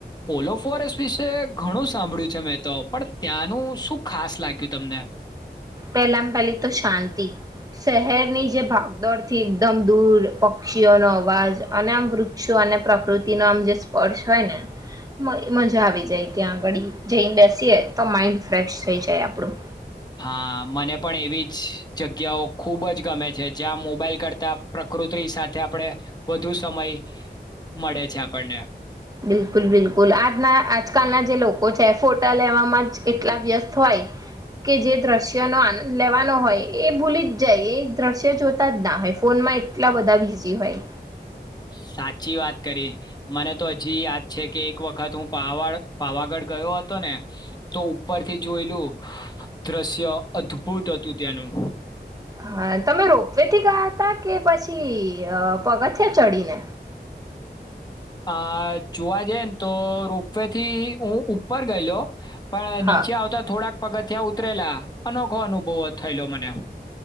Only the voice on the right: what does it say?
પહેલામાં પેલી તો શાંતિ શહેરની જે ભાગદોડ થી એકદમ દૂર પક્ષીઓનો અવાજ અને આમ વૃક્ષો અને પ્રકૃતિનો આમ જે સ્પર્શ હોય ને મજા આવી જાય ત્યાં આગળ જૈડસ. તો માઇન્ડ ફ્રેશ થઈ જાય આપણું.
બિલકુલ બિલકુલ આજના આજકાલના જે લોકો છે ફોટા લેવામાં જ કેટલા વ્યસ્ત હોય. કે જે દ્રશ્યનો આન લેવાનો હોય એ ભૂલી જ જાય એ દ્રશ્ય જોતા જ ના હોય ફોનમાં એટલા બધા બીઝી હોય.
હા તમે રોપવે થી ગયા હતા કે પછી પગથયા ચડીને.
હા